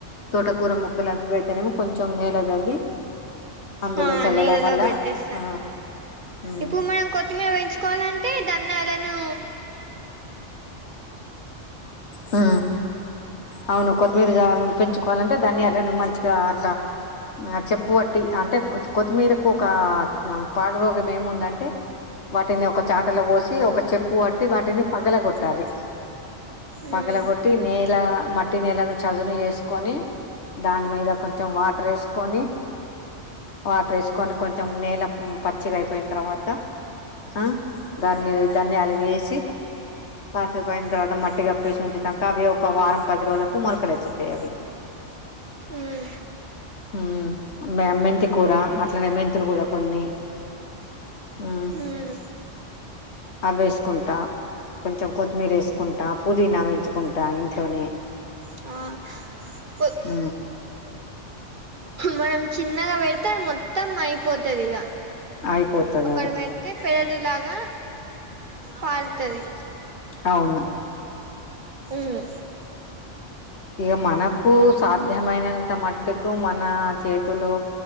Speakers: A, on the left (about 65°); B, on the right (about 50°).
A: తోటకూర మొక్కలు అవి ఇ అయితేనేమో కొంచెం నేల తవ్వి అందులో
B: ఆ
A: చల్లడం
B: నీళ్ళలో
A: వల్ల
B: పెట్టేస్తా
A: ఆ ఉమ్
B: ఇప్పుడు మనం కొత్తిమీర పెంచుకోవాలంటే దానాలను
A: హు అవును కొత్తిమీర జా ఉంచుకోవాలంటే ధనియాలను మంచిగా అట్లా ఆ చెప్పు పట్ అంటే కొత్తిమీరకు ఒక పాడు రోగం ఏముందంటే వాటిని ఒక చాటల పోసి ఒక చెప్పు పట్టి వాటిని పగల కొట్టాలి
B: ఉమ్
A: పగలగొట్టి నేల మట్టి నీలను చదును చేసుకొని దాని మీద కొంచెం వాటర్ వేసుకొని వాటర్ వేసుకొని కొంచెం నేల పచ్చిగా అయిపోయిన తర్వాత త ఆ దాని మిద ధనియాలు వేసి కాసేపు అయినా తర్వాత మట్టి కప్పేసి ఉంచుతంగా అవి ఒక వారం పది రోజుకు మొలకలు ఎత్తుతాయి అవి
B: ఉమ్
A: మ్ మీ అమ్మ ఇంటి కూర అట్లనే మెంతులు కూడా కొన్ని ఉ
B: ఉమ్
A: అవి వేసుకుంటా కొంచెం కొత్తిమీర వేసుకుంటా పుదీనా పెంచుకుంటా ఇంట్లోనే
B: ఆ కొ-
A: ఊ
B: మనం చిన్నగా పెడితే అది మొత్తం అయిపోతది ఇగ
A: అయిపోతది
B: ఒకటి
A: అది
B: వెడితే పెరడు లాగా పారుతది
A: అవును
B: మ్
A: ఇగ మనకు సాధ్యమైనంత మట్టుకు మన చేతిలో